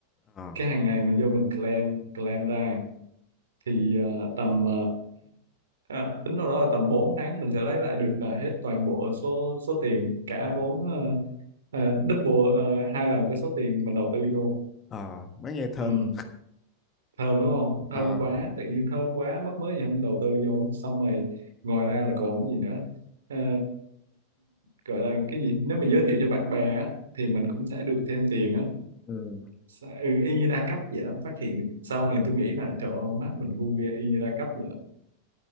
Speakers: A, on the left (about 25°); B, on the right (about 65°).
A: ờ,
B: cái hàng ngày mình vô mình claim claim ra thì ờ, tầm ờ, à, tính đâu đó là tầm 4 tháng mình sẽ lấy lại được ờ, hết toàn bộ số số tiền cả
A: ừ.
B: vốn ờ, ờ, double ờ, hai lần cái số tiền mình đầu tư vô
A: Ờ, mới nghe thơm
B: ừ. thơm đúng không thơm
A: Ờ,
B: quá tự nhiên thơm quá mất mới gì không đầu tư vô xong rồi ngoài ra là còn cái gì nữa Ờ, gọi là cái gì nếu mà giới thiệu cho bạn bè á, thì mình cũng sẽ được thêm tiền á
A: ừ.
B: Sẽ- ừ, y như đa cấp vậy đó phát hiện sau này tôi nghĩ là trời ơi, má mình ngu ghê y như đa cấp vậy đó